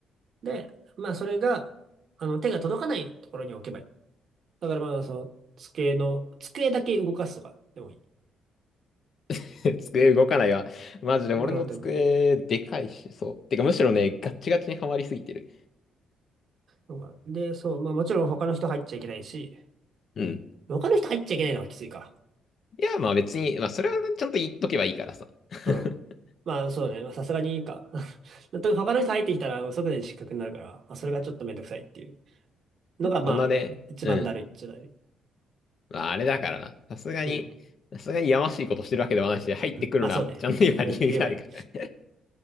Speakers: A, on the right; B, on the left.
A: で、まあそれが、あの、手が届かないところに置けばいい。だからまあ、その、机の、机だけ動かすとかでもいい。
B: <laughs> 机動かないわ。マジで俺の机、
A: 動かなくてもいい
B: でかいし、そう。てか、むしろね、ガッチガチにはまりすぎてる。
A: のかなで、そう、まあもちろん他の人入っちゃいけないし、
B: うん。
A: 他の人入っちゃいけないのがきついか。
B: いや、まあ別に、まあそれはちゃんと言っとけばいいからさ。<laughs>
A: うん。まあ、そうね。まあ、さすがにいいか。<laughs> と他の人入ってきたら、即座に失格になるから、まあ、それがちょっとめんどくさいっていうのが、まあ、
B: そんなね、
A: 一番だるいっちゃだるい。
B: うん。まああれだからな。さすがに、
A: うん。
B: さすがにやましいことしてるわけではないし、入ってくるなって、
A: まあ、そうね。
B: ちゃんと今理由があるから。
A: 入ってくれって言えばいい。